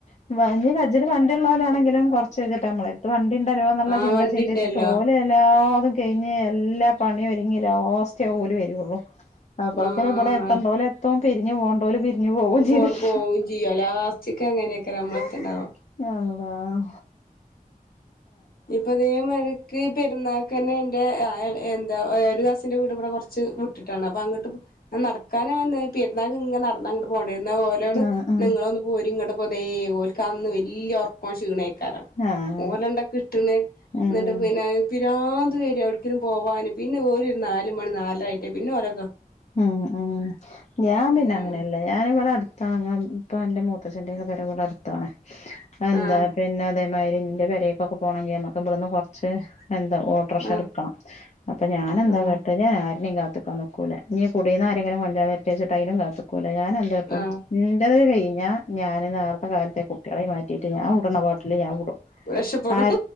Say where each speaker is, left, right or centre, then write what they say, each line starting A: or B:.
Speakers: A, on the left; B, on the left.
A: <unintelligible> കജ്ജില് വണ്ടില്ലോലാണെങ്കിലും കൊർചേച്ചിട്ട് മ്മളെത്തുഒള്ളൂ ണ്ടല്ലോ എന്ന്ള്ള
B: ആഹ്
A: ചിന്ത
B: വണ്ടിണ്ടല്ലോ
A: ചിന്തിച്ചിട്ട് ഓലെല്ലാതും കെയ്ഞ്ഞ് എല്ലാ പണിയൊരുങ്ങി ലാസ്‌റ്റേ ഓൽവരുള്ളു അപ്പളൊക്കിലു
B: ആഹ്
A: ഇബടെ എത്തണ്ടോൽ എത്ത് പിരിഞ്ഞ് പോണ്ടൊല് പിരിഞ്ഞ് പൊവും ചെയ്തിട്ടുണ്ടാവും
B: ഫോണ് പോവും ചെയ്യും ലാസ്റ്റ്ക്ക് അങ്ങനേക്കാരം നമ്മളെത്ത്ണ്ടാവാ
A: ഹഹ അള്ളാഹ്
B: ഇപ്പൊതേ മഴക്ക് പെരുന്നാക്കന്നെ ന്റെ ഏ ഏഹ് എന്താ ഒരു കസിന്റെ വീട് വടെ കൊർച്ച് വിട്ട്ട്ടാണ് പ്പൊ ങ്ങട്ട് നട്ക്ക <unintelligible> എന്നാ ഓലോട്
A: ആഹ് ആഹ്
B: ന്നാ ങ്ങളൊന്ന് പോരീങ്ങട്പ്പൊതെയ് ഓൽക്കന്ന് വല്യ ഒറക്കോം ശീണെ ക്കാരം
A: ആഹ്
B: ഓലണ്ടൊക്കിട്ടണ്
A: ഉം
B: ന്നട്ട് പിന്നെ രാന്ധ് വരും എവിട്ക്കേലും പോവാന് പിന്നെ ഓര് നാല് മണി നാലര ആയിട്ടേ പിന്നെ ഓല
A: ഉം ഉം ഞാൻ പിന്നെങ്ങനെല്ല
B: അതാണ്
A: ഞാനിവിടെ അട് <unintelligible> മൂത്തച്ഛന്റെ ഒക്കെ പെരവടട്ത്താണ് എന്താ
B: ആഹ്
A: പിന്നെ അതേ മ്മാരി ന്റെ പെരേക്കൊക്കെ പോണെങ്കി മ്മക്ക് ഇബടെന്ന് കൊറ്ച്ച് എന്താ ഓട്ടർഷ
B: ആഹ്
A: ടുക്കണം അപ്പ ഞാൻെന്താ
B: ആഹ്
A: കാട്ട ഞാൻ ആരനേം കാത്ത്ക്കാൻ നൽക്കൂല ഞ്ഞ് കുടീന്നാരെങ്കിലും <unintelligible> അയ്‌നും കാത്ത്ക്കൂല ഞാനെന്താട്ടും
B: ആഹ്
A: ന്റെദ് ഞ ഞാന് നേർത്തെ കാലത്തെ കുട്ടിയാളേം മാറ്റീട്ട് ഞാൻ വ്‌ടണെ പാട്ടില് ഞാൻ വിടും
B: രക്ഷപ്പെടും
A: ആഹ്